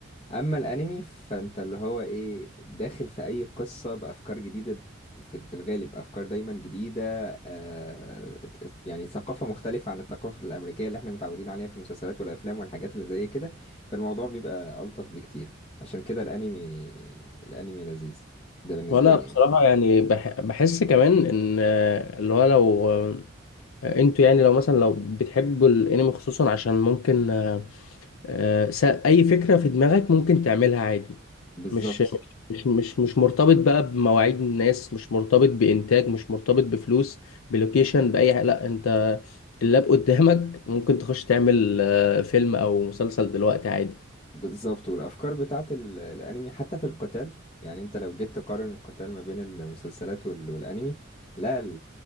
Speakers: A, on the left; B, on the left.
A: اما الانمي فانت اللي هو ايه داخل في اي قصة بافكار جديدة في في الغالب افكار دايما جديدة آه ات- ات- يعني ثقافة مختلفة عن الثقافة الامريكية اللي احنا متعودين عليها في المسلسلات والافلام والحاجات اللي زي كده فالموضوع بيبقى الطف بكتير عشان كده الانمي الانمي لذيذ ده بالنسبة
B: وانا
A: لي
B: بصراحه
A: يعني
B: يعني بح- بحس كمان ان آه، اللي هو لو آه، انتوا يعني لو مثلا لو بتحبوا الانمي خصوصا عشان ممكن آه، آه، س- اي فكره في دماغك ممكن تعملها عادي
A: بالظبط
B: مش مش مش مش مرتبط بقى بمواعيد الناس مش مرتبط بانتاج مش مرتبط بفلوس بلوكيشن باي حاجه لا انت اللاب قدامك ممكن تخش تعمل آه، فيلم او مسلسل دلوقتي عادي
A: بالظبط والافكار بتاعت ال- الانمي حتى في القتال يعني انت لو جيت تقارن القتال ما بين المسلسلات وال- والانمي لا